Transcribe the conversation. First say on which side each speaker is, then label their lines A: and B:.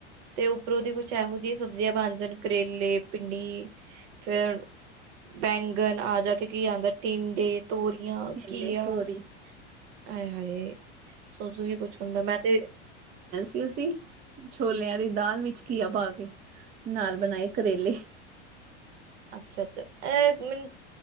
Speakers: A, on the right; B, on the right.
A: ਤੇ ਉਪਰੋ ਦੀ ਕੁਛ ਐਹੋ ਜਿਆ ਸਬਜ਼ੀਆਂ ਬਣ ਜਾਣ ਕਰੇਲੇ, ਭਿੰਡੀ ਫੇਰ ਬੈਗਨ ਆ-ਜਾ ਕੇ ਕੀ ਆਂਦੈ ਟੀੰਡ ਏ ਤੋਰੀਆਂ,
B: ਟਿੰਡੇ
A: ਘਿਆ।
B: ਤੋਰੀ
A: ਆਏ-ਹਾਏ, ਸੋਣ-ਸੋਣ ਕੇ ਕੁਛ ਹੁੰਦੈ। ਮੈ ਤੇ
B: ਤੇ ਅਸੀ ਛੋਲਿਆਂ ਦੀ ਦਾਲ ਵਿਚ ਘੀਆ ਪਾ ਕੇ ਨਾਲ ਬਣਾਏ ਕਰੇਲੇ।
A: ਅਛਾ ਅਛਾ, ਐਹ ਮੈਨ